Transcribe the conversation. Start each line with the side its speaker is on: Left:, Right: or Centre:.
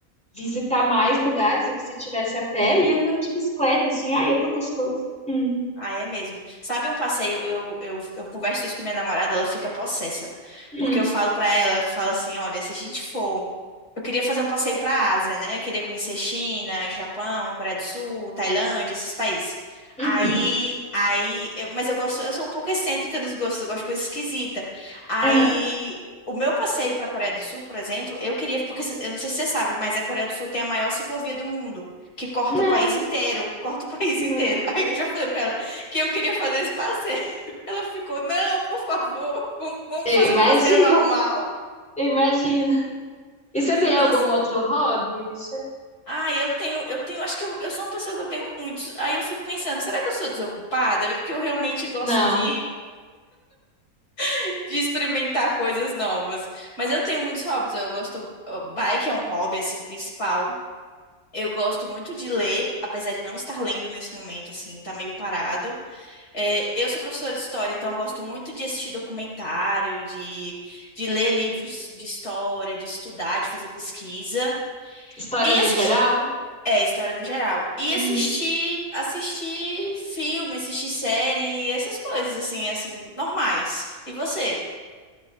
Centre: visitar mais lugares do que se tivesse a pé e andando de bicicleta, assim. Ai, é tão gostoso. Hum.
Left: Ah, é mesmo. Sabe um passeio? Eu, eu, eu converso isso com minha namorada, ela fica possessa.
Centre: Uhum,
Left: Porque eu falo pra ela, eu falo assim: olha, se a gente for. Eu queria fazer um passeio para a Ásia, né? Eu queria conhecer China, Japão, Coreia do Sul, Tailândia, esses países.
Centre: uhum,
Left: Aí, aí, eu- mas eu gosto, eu sou um pouco excêntrica nos gostos, eu gosto de coisa esquisita. Aí,
Centre: aham.
Left: o meu passeio para a Coreia do Sul, por exemplo, eu queria, porque cê- eu não sei se você sabe, mas a Coreia do Sul tem a maior ciclovia do mundo, que corta
Centre: Não,
Left: o país inteiro, corta o <laughs> país
Centre: Não.
Left: inteiro. Aí eu já falei para ela que eu queria fazer esse passeio. <laughs> Ela ficou, não, por favor, vamos, vamos
Centre: eu
Left: fazer
Centre: imagino,
Left: um passeio normal.
Centre: eu imagino. E você tem algum
Left: Nossa,
Centre: outro hobby, Ucha?
Left: Ah, eu tenho, eu tenho, acho que eu, eu sou uma pessoa que eu tenho muitos. Aí eu fico pensando, será que eu sou desocupada? É porque eu realmente gosto
Centre: Não.
Left: de, <laughs> de experimentar coisas novas. Mas eu tenho muitos hobbies. Eu gosto, ó, bike é um hobby assim principal. Eu gosto muito de ler, apesar de não estar lendo nesse momento, assim, tá meio parado. É, eu sou professora de história, então eu gosto muito de assistir documentário, de, de ler livros de história, de estudar, de fazer pesquisa.
Centre: História
Left: E
Centre: no geral?
Left: É, história no geral. E
Centre: Uhum.
Left: assistir, assistir filme, assistir série, essas coisas assim, assim, normais. E você?